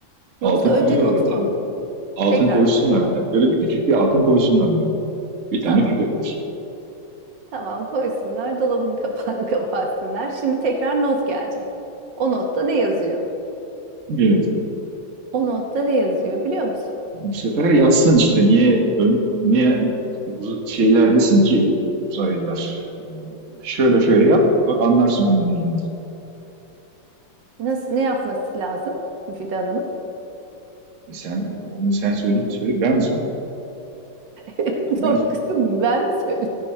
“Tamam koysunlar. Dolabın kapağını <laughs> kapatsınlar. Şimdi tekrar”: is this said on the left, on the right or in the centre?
Right